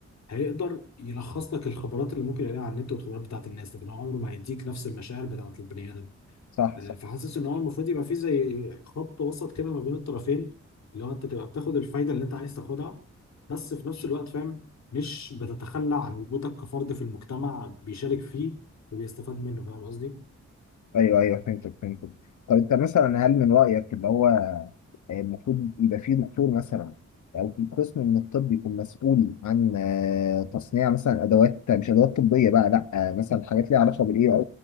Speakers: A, on the left; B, on the left.
A: هيقدر يلخص لك الخبرات اللي ممكن يلاقيها على النت والخبرات بتاعت الناس لكن هو عمره ما هيديك نفس المشاعر بتاعت البني آدم
B: صح
A: آه، فحاسس ان هو المفروض يبقى فيه زي خط وسط كده ما بين الطرفين اللي هو انت تبقى بتاخد الفايده اللي انت عايز تاخدها بس في نفس الوقت فاهم مش بتتخلى عن وجودك كفرد في المجتمع بيشارك فيه وبيستفاد منه فاهم قصدي؟
B: ايوه ايوه فهمتك فهمتك طب انت مثلا هل من رايك اللي هو آه، المفروض يبقى فيه دكتور مثلا او في قسم من الطب يكون مسؤول عن آه، تصنيع مثلا ادوات مش ادوات طبيه بقى لا آه، مثلا حاجات ليها علاقه بالاي او